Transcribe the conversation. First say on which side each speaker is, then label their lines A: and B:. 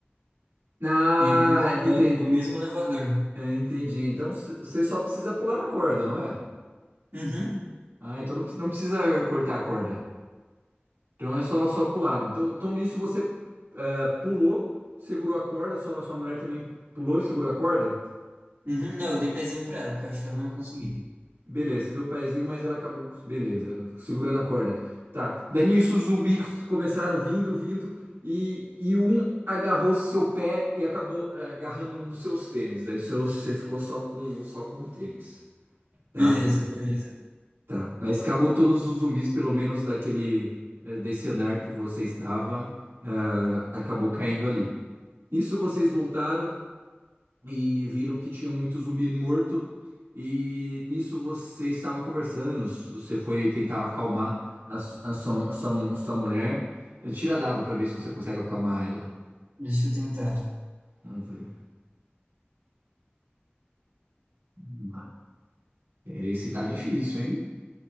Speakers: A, on the right; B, on the right.
A: Ah,
B: E aí depois eu volto
A: entendi.
B: pro mesmo elevador.
A: É, Entendi. Então, c- você só precisa pular na corda, não é?
B: Uhum,
A: Ah, então não pre- não precisa cortar a corda. Então, é só, só pular. Então, então, nisso você é, pulou, segurou a corda, sua, sua mulher também pulou e segurou a corda?
B: uhum. Não, eu dei pezinho pra ela, porque eu acho que ela não ia conseguir.
A: Beleza, você deu o pezinho, mas ela acabou. com- Beleza, segurando a corda. Tá. Daí nisso os zumbis começaram vindo, vindo, e, e um agarrou seu pé e acabou eh, agarrando um dos seus tênis. Daí o seu- você ficou só com, só com o tênis. Tá?
B: Beleza, beleza.
A: Tá. Mas acabou todos os zumbis, pelo menos daquele, eh, desse andar que você estava, ah, acabou caindo ali. Nisso vocês voltaram e viram que tinha muito zumbi morto. E nisso vocês estavam conversando. s- Você foi tentar acalmar a, su- a sua, a sua mu- a sua mulher. Tira dado pra ver se você consegue acalmar ela.
B: Deixa eu tentar.
A: Vamos ver. Vamos lá. Esse tá difícil, hein?